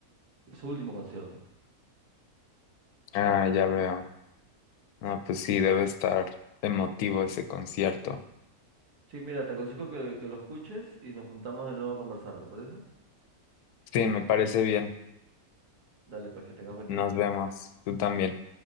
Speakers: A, on the right; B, on the left.
A: su último concierto.
B: Ah, ya veo. Ah, pues sí, debe estar emotivo ese concierto.
A: Sí, mira, te aconsejo que, que lo escuches y nos juntamos de nuevo a conversar, ¿te parece?
B: Sí, me parece bien.
A: Dale, pues que tengas buen día.
B: Nos vemos. Tú también.